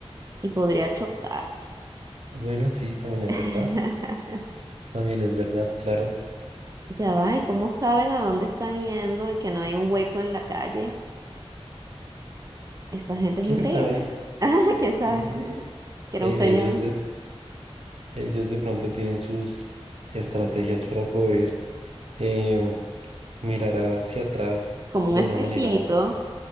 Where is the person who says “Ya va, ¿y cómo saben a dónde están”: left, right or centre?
Right